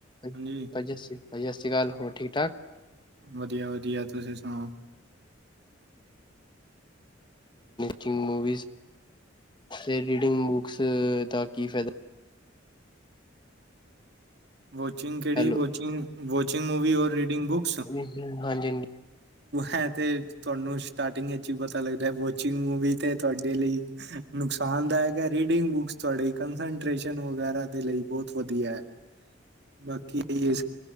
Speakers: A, on the left (about 25°); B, on the right (about 60°).
A: ਭਾਅ
B: ਹਾਂਜੀ,
A: ਜੀ ਸੱਸੀ ਭਾਅ ਜੀ ਸਤਿ ਸ਼੍ਰੀ ਅਕਾਲ ਹੋਰ ਠੀਕ ਠਾਕ
B: ਵਧੀਆ ਵਧੀਆ ਤੁਸੀਂ ਸੁਣਾਓ?
A: ਚਿੰਗ ਮੂਵੀਜ਼ ਤੇ ਰੀਡਿੰਗ ਬੁੱਕਸ ਦਾ ਕੀ ਫੈਦਾ
B: ਵੋਚਿੰਗ ਕੇਡੀ
A: ਹੈਲੋ
B: ਵੋਚਿੰਗ-ਵੋਚਿੰਗ ਮੂਵੀ ਔਰ ਰੀਡਿੰਗ ਬੁਕਸ
A: ਹਾਂਜੀ ਹਾਂਜੀ
B: ਹੈ ਤੇ ਤੁਹਾਨੂੰ ਸਟਾਰਟਿੰਗ ਵਿਚ ਈ ਪਤਾ ਲੱਗਦਾ ਵੋਚਿੰਗ ਮੂਵੀ ਤੇ ਤੁਹਾਡੇ ਲਈ ਨੁਕਸਾਨਦਾਇਕ ਐ ਰੀਡਿੰਗ ਬੁੱਕਸ ਤੁਹਾਡੇ ਕੰਸਟਰੇਸ਼ਣ ਵਗੈਰਾ ਦੇ ਲਈ ਬਹੁਤ ਵਧੀਐ ਬਾਕੀ <unintelligible>